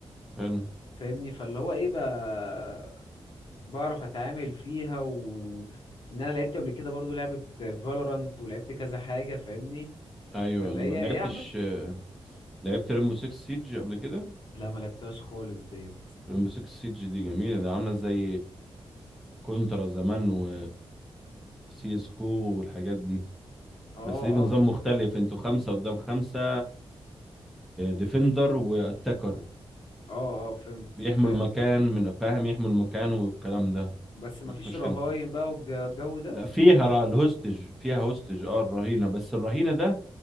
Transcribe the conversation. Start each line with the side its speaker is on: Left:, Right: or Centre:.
Centre: حلو
Left: فاهمني فاللي هو ايه بقى بعرف اتعامل فيها و ان انا لعبت قبل كده برضو لعبة فالورانت ولعبت كذا حاجة فاهمني
Centre: ايوه
Left: فاللي
Centre: لما
Left: هي
Centre: لعبتش
Left: ايه يا عم
Centre: لعبت ريمبو 6 سيج قبل كده
Left: لا ما لعبتهاش خالص ديت
Centre: ريمبو 6 سيج دي جميله ده عامله زي كونترا زمان و سي اس كو والحاجات دي
Left: اه
Centre: بس دي بنظام
Left: اه فهمت
Centre: مختلف انتوا خمسه قدام خمسه ديفندر واتاكر
Left: اه اه فهمت
Centre: بيحموا
Left: إيه،
Centre: المكان من فاهم يحموا المكان والكلام ده
Left: بس ما
Centre: بتخش
Left: فيش رهاين
Centre: انت
Left: بقى والجو ده
Centre: لا فيها را... الهوستج فيها هوستج اه الرهينه بس الرهينه ده